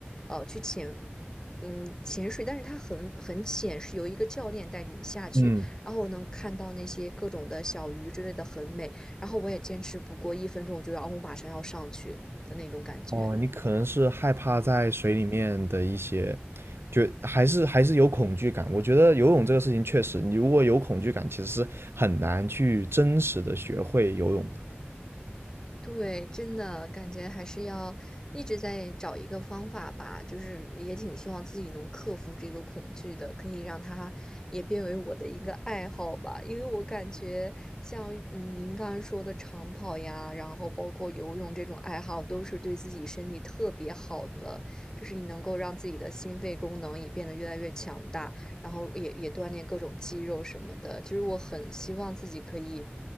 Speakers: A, on the left (about 15°); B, on the right (about 75°).
A: 呃，去潜嗯，潜水，但是它很很浅，是由一个教练带你下去，
B: 嗯，
A: 然后我能看到那些各种的小鱼之类的，很美。然后我也坚持不过一分钟，我就要，哦我马上要上去的那种感觉。
B: 哦，你可能是害怕在水里面的一些，就还是还是有恐惧感。我觉得游泳这个事情确实，你如果有恐惧感，其实是很难去真实的学会游泳的。
A: 对，真的感觉还是要一直在找一个方法吧，就是也挺希望自己能克服这个恐惧的，可以让它也变为我的一个爱好吧。因为我感觉像您刚刚说的长跑呀，然后包括游泳这种爱好，都是对自己身体特别好的，就是你能够让自己的心肺功能也变得越来越强大。然后也也锻炼各种肌肉什么的。就是我很希望自己可以